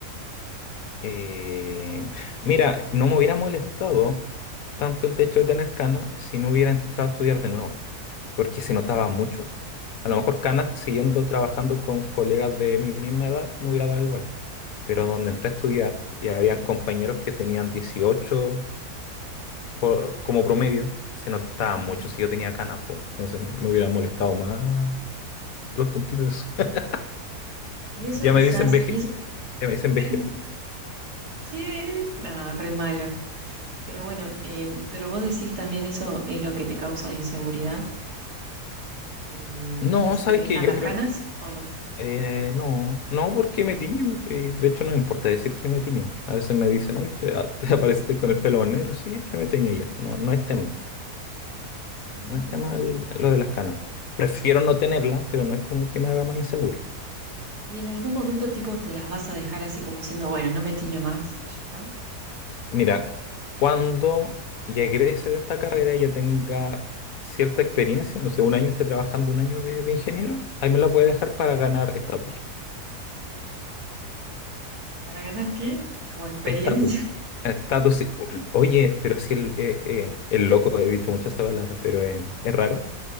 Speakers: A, on the left; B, on the right.
A: Eh, mira, no me hubiera molestado tanto el hecho de tener canas si no hubiera entrado a estudiar de nuevo, porque se notaba mucho. A lo mejor canas siguiendo trabajando con colegas de mi misma edad me hubiera dado igual, pero donde entré a estudiar y habían compañeros que tenían 18 por- como promedio, se notaba
B: Ujú.
A: mucho si yo tenía canas, po. Entonces me hubiera molestado más los tontitos. <laughs>
B: Y eso
A: Ya
B: quizás,
A: me dicen veje,
B: y eso,
A: ya me dicen
B: <clears throat>
A: vejete.
B: <laughs> ¿qué? No, re malo. Pero bueno, eh, pero vos decís también eso es lo que te causa inseguridad, el
A: No,
B: que se
A: sabes
B: te crezcan
A: que yo
B: las
A: creo
B: canas, ¿o no?
A: Eh, no, no porque me tiño, y de hecho no me importa decir que me tiño. A veces me dicen, oye, te, ah, <laughs> te apareciste con el pelo más negro, sí, es que me teñí ayer. No, no es tema,
B: Mm.
A: no es tema el- lo de las canas. Prefiero no tenerlas, pero no es como que me haga más inseguro.
B: Y en algún momento tipo te las vas a dejar así como diciendo, bueno, no me tiño más, que ya está.
A: Mira, cuando ya egrese de esta carrera y ya tenga cierta experiencia, no sé, un año esté trabajando un año de, de ingeniero, ahí me las voy a dejar para ganar estatus.
B: ¿Para ganar qué? Como experiencia.
A: Estatus.
B: <laughs>
A: Estatus. sí. O- Oye, pero si el, eh, eh, el loco, he dicho muchas palabras, pero eh, es raro.